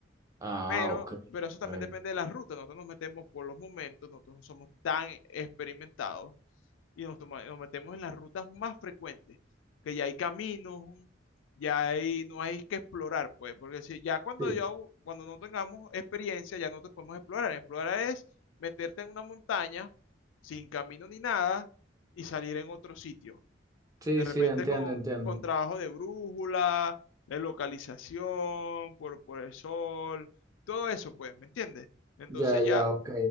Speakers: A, on the right; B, on the left.
A: Ah,
B: Pero,
A: ok,
B: pero eso también
A: ok.
B: depende de las rutas. Nosotros nos metemos por los momentos, nosotros no somos tan experimentados y nos, toma- nos metemos en las rutas más frecuentes, que ya hay caminos, ya hay, no hay que explorar, pues, porque si ya cuando
A: Sí,
B: yo, cuando no tengamos experiencia, ya no te podemos explorar. Explorar es meterte en una montaña sin camino ni nada y salir en otro sitio.
A: sí,
B: De repente
A: sí, entiendo,
B: con,
A: entiendo.
B: con trabajo de brújula, de localización, por, por el sol, todo eso, pues, ¿me entiendes? Entonces
A: Ya, ya,
B: ya
A: ok.